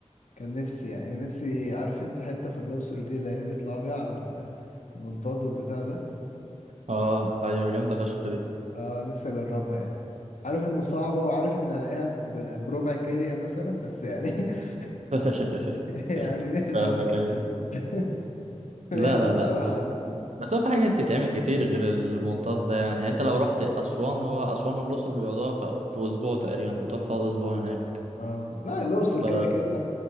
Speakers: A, on the left; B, on the right.
A: كان نفسي يعني نفسي عارف انت حتة في الأقصر دي اللي هي بيطلعوا بيها على ال- المنطاد والبتاع ده
B: اه ايوه جامده فشخ دي
A: اه نفسي اجربها يعني عارف انه صعبة وعارف ان الاقيها ب- بربع كارية مثلا بس يعني <laughs>
B: <laughs>
A: يعني نفسي
B: فاهمك
A: بصراحة
B: ايوه
A: <laughs>
B: لا
A: نفسي
B: لا
A: بصراحة
B: لا بس
A: قوي
B: بس هو في حاجات تتعمل كتير غير المنطاد ده يعني يعني انت لو رحت اسوان هو اسوان والاقصر بيقعدوها في في اسبوع تقريبا بتروح تقعد اسبوع هناك
A: اه لا الاقصر
B: ف
A: كده كده